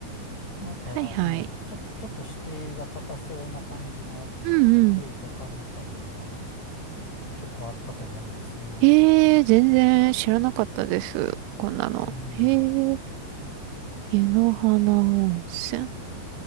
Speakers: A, on the left; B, on the right.
A: なんか、
B: はいはい。
A: うん、ちょ、ちょっと敷居が高そうな感じの古い旅館みたいなのは
B: うんうん。
A: 結構あったと思うんですよね。
B: えー、全然知らなかったです。こんなの。
A: うん、
B: へー、湯の花温泉。